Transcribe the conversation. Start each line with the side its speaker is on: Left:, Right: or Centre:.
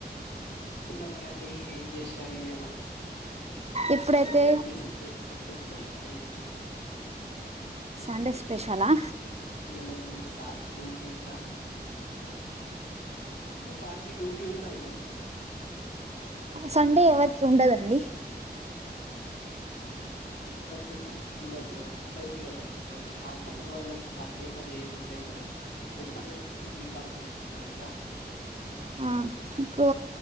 Left: మరి అండి ఏం చేశారు ఇవాళ.
Right: ఇప్పుడైతే
Left: ఇయ్యాల ఏంటి సండే సండేపెషల్ లాంటి
Right: సండే స్పెషలా
Left: ఇవాళ మీ సార్ కి డ్యూటీ ఉందా. మీ సార్ డ్యూటీ ఉందా ఇవాళ
Right: సండే ఎవరు ఉండదండి.
Left: అప్పుడప్పుడు సండే కూడా పో ఉంటాయి కదా కొందరికి హాస్పిట హాస్పిటల్ వాళ్ళకి సండేస్ అవి ఏమి ఉండయి కదా ఎప్పుడు ఒకటి వీక్ ఆఫ్ తీసుకుంటారు కదా
Right: ఆ ఇప్పు